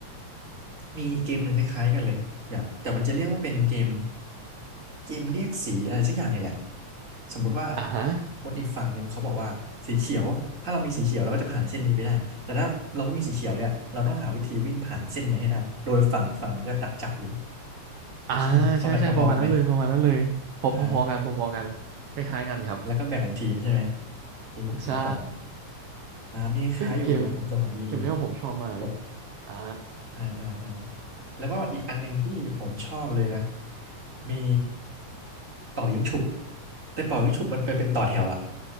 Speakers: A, on the right; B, on the right.
A: มีเกมหนึ่งคล้ายๆกันเลยแบบแต่มันจะเรียกว่าเป็นเกมเกมเรียกสีอะไรสักอย่างนี่แหละสมมุติว่า
B: อ่าฮะ
A: คนอีกฝั่งหนึ่งเขาบอกว่าสีเขียวถ้าเรามีสีเขียวเราก็จะผ่านเส้นนี้ไปได้แต่ถ้าเราไม่มีสีเขียวเนี่ยเราต้องหาวิธีวิ่งผ่านเส้นไปให้ได้โดยฝั่งอีกฝั่งหนึ่งก็ดักจับอยู่
B: อ่าใช่ใช่ประมาณนั้นเลยประมาณนั้นเลยพอพอๆกันพอๆกันคล้ายๆกันครับ
A: ใช่ไหมฟอร์แมพอๆกันไหมอ่า แล้วก็แบ่งเป็นทีมใช่ไหมทีมบุกทีมกัน
B: ใช่
A: อ่ามีคล้ายอยู่แต่ผมแต่ผมมีมี
B: เฮ้ยเกมเกมเนี้ยผมชอบมาก
A: กด
B: อ่า
A: อ่าอ่าอ่าแล้วก็อีกอันหนึ่งที่ผมชอบเลยนะ มีเป่ายิงฉุบแต่เป่ายิงฉุบมันไปเป็นต่อแถวอ่ะ